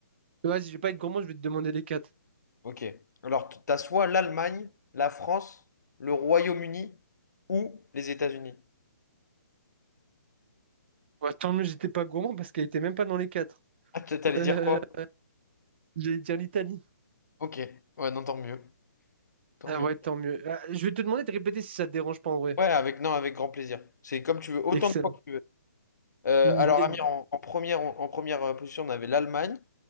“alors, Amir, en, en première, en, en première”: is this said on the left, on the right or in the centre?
Left